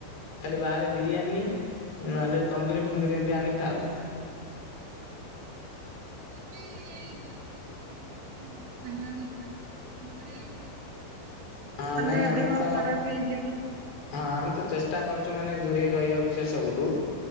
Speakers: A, on the left; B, on the right.
A: ଖାଲି ବାହାରେ ବିରିୟାନୀ ନହେଲେ ତନ୍ଦୁରୀ ଫନ୍ଦୁରି ଏମ୍ତି ଆଣି ଖାଉ।
B: ହେଲେବି ତେଲ ମସଲାଜିନିଷ। ଖାଇବା କଥା ନୁହଁ ଟିକେ ଦୁରେଇ ରୁଅ
A: ହଁ
B: ନହେଲେ
A: ନାଇଁ ଆମେ
B: ଦେହ
A: ତ
B: ଖରାପ ହେଇଯିବ।
A: ହଁ ଆମେ ତ ଚେଷ୍ଟା କରୁଛୁମାନେ ଦୂରେଇ ରହିବାକୁ ସେ ସବୁଠୁ।